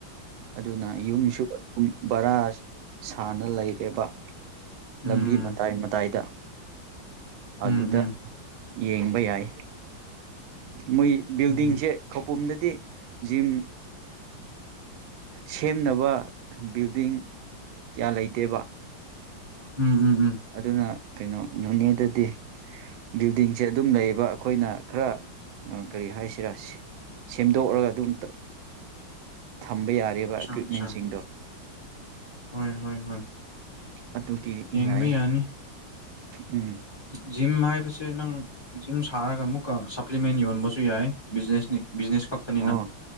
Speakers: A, on the right; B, on the left.
A: ꯑꯗꯨꯅ ꯌꯨꯝꯁꯨ ꯑꯗꯨꯝ ꯕꯔꯥ ꯁꯥꯟꯅ ꯂꯩꯔꯦꯕ
B: ꯎꯝ
A: ꯂꯝꯕꯤ ꯃꯇꯥꯏ ꯃꯇꯥꯏꯗ ꯑꯗꯨꯗ
B: ꯎꯝ ꯎꯝ ꯎꯝ
A: ꯌꯦꯡꯕ ꯌꯥꯏ ꯃꯣꯏ ꯕꯤꯜꯗꯤꯡꯁꯦ
B: ꯎꯝ
A: ꯈꯧꯄꯨꯝꯗꯗꯤ ꯖꯤꯝ ꯁꯦꯝꯅꯕ ꯕꯤꯜꯗꯤꯡ ꯀꯌꯥ ꯂꯩꯇꯦꯕ
B: ꯎꯝ ꯎꯝ ꯎꯝ
A: ꯑꯗꯨꯅ ꯀꯩꯅꯣ ꯅꯣꯅꯦꯗꯗꯤ ꯕꯤꯜꯗꯤꯡꯁꯦ ꯑꯗꯨꯝ ꯂꯩꯌꯦꯕ ꯑꯩꯈꯣꯏꯅ ꯈꯔ ꯀꯔꯤ ꯍꯥꯏꯁꯤꯔꯁꯤ ꯁꯦꯝꯗꯣꯛꯔꯒ ꯑꯗꯨ ꯑꯝꯇ
B: <inaudible>
A: ꯊꯝꯕ ꯌꯥꯔꯤꯕ
B: ꯑꯆꯥ
A: ꯏꯀ꯭ꯋꯤꯞꯃꯦꯟꯁꯤꯡꯗꯣ
B: ꯑꯆꯥ ꯍꯣꯏ ꯍꯣꯏ ꯍꯣꯏ
A: ꯑꯗꯨꯒꯤ
B: ꯌꯦꯡꯕ
A: ꯌꯥꯏꯌꯦ
B: ꯌꯥꯅꯤ
A: ꯎꯝ
B: ꯖꯤꯝ ꯍꯥꯏꯕꯁꯦ ꯅꯪ ꯖꯤꯝ ꯁꯥꯔꯒ ꯑꯃꯨꯛꯀ ꯁꯄ꯭ꯂꯤꯃꯦꯟ ꯌꯣꯟꯕꯁꯨ ꯌꯥꯏ ꯕꯤꯖꯤꯅꯦꯁꯅꯤ ꯕꯤꯖꯤꯅꯦꯁ ꯈꯛꯇꯅꯤꯅ
A: ꯑꯣ